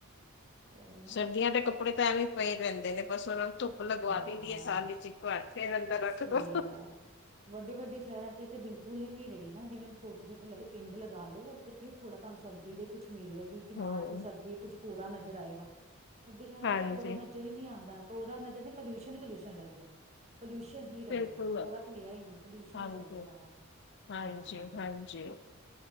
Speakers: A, on the right; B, on the left.
A: ਉਹੀ ਨਾ
B: ਸਰਦੀਆਂ ਤੇ ਕੱਪੜੇ ਪੈਵੇ ਹੀ ਪਏ ਰੈਂਦੇ ਨੇ ਬਸ ਉਹਨਾਂ ਨੂੰ ਧੁੱਪ ਲਗਵਾ
A: ਹਾਂ
B: ਦਿੰਦੀ ਹੈ ਸਾਰ ਚ ਇੱਕ ਵਾਰ ਫੇਰ ਅੰਦਰ ਰੱਖ
A: ਸਹੀ
B: ਦੋ
A: ਗੱਲ ਵੱਡੇ ਵੱਡੇ ਸ਼ਹਿਰਾਂ ਚ ਤਾਂ ਬਿਲਕੁਲ ਹੀ ਨਹੀਂੀ ਰਹੀ ਨਾ ਜਿਵੇਂ ਛੋਟੇ ਛੋਟੇ ਲੱਗਦੇ ਪਿੰਡ ਲਗਾ ਲੋ ਕਿਸੇ ਥੋੜਾ ਸਰਦੀ ਦੇ ਕੁਛ ਮਿਲੇਗੀ
B: ਹਮ
A: ਕਿ ਹਾਂ ਚ ਸਰਦੀ ਕੁੱਝ ਕੋਰਾ ਨਜ਼ਰ ਆਏਗਾ ਵੱਡੇ ਸ਼ਹਿਰਾਂ
B: ਹਾਂਜੀ
A: ਚ ਤੇ ਕੋਰਾ ਨਜ਼ਰ ਹੀ ਨੀ ਆਉਂਦਾ ਕੋਰਾ ਨਜ਼ਰ ਨਹੀਂ ਪੋਲਿਊਸ਼ਨ ਹੀ ਪੋਿਊਸ਼ਨ ਰਹਿ ਗ ਪੋਲਿਊਸ਼ਨ ਹੀ ਰਹਿ
B: ਬਿਲਕੁਲ
A: ਗਿਆ ਕੋੜਰਾ ਘੰਡਿਆ ਹੀ ਨਹੀਂੀ ਪੋਲਿਊਸ਼ਨ
B: ਹਾਂਜੀ
A: ਹੀ ਰਹਿ ਗਿਆ ਸਾਰਾ
B: ਹਾਂਜੀ
A: ਹਾਂ ਹਾਂ
B: ਹਾਂਜੀ